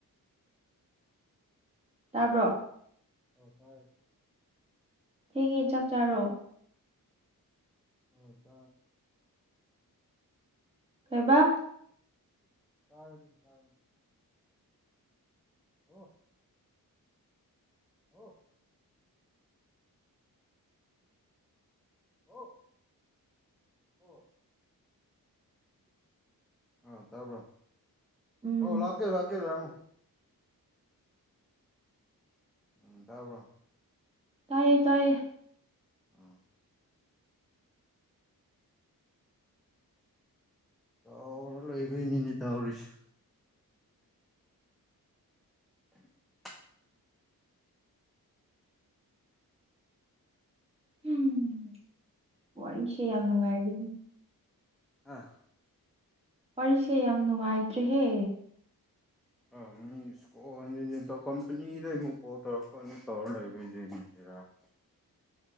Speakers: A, on the right; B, in the centre.
A: ꯇꯥꯕ꯭ꯔꯣ
B: ꯑꯣ ꯇꯥꯔꯦ
A: ꯊꯦꯡꯉꯦ ꯆꯥꯛ ꯆꯥꯔꯣ
B: <unintelligible>
A: ꯀꯩꯕ
B: ꯆꯔꯅꯤ ꯆꯥꯡꯅꯤ ꯑꯣ ꯑꯣ ꯑꯣ ꯑꯣ ꯑ ꯇꯕ
A: ꯎꯝ
B: ꯍ ꯂꯥꯛꯀꯦ ꯂꯥꯛꯀꯦ ꯌꯥꯝ ꯎꯝ ꯇꯥꯕ꯭ꯔꯣ
A: ꯇꯥꯏꯌꯦ ꯇꯥꯏꯌꯦ
B: ꯑꯥ ꯇꯧꯔ ꯂꯣꯏꯕꯩꯅꯤꯅꯦ ꯇꯧꯔꯤꯁꯦ <inaudible>
A: ꯎꯝ ꯋꯥꯔꯤꯁꯦ ꯌꯥꯝ ꯅꯨꯡꯉꯥꯏꯔꯒꯦ
B: ꯑꯥ
A: ꯋꯥꯔꯤꯁꯦ ꯌꯥꯝ ꯅꯨꯡꯉꯥꯏꯇ꯭ꯔꯦꯍꯦ
B: ꯑ ꯑꯣ ꯑ ꯗ ꯀꯝꯄꯅꯤꯗ ꯃ ꯄꯥꯎꯇꯔꯀꯅꯤ ꯇꯧꯔ ꯂꯩꯕꯨꯖ ꯂꯔ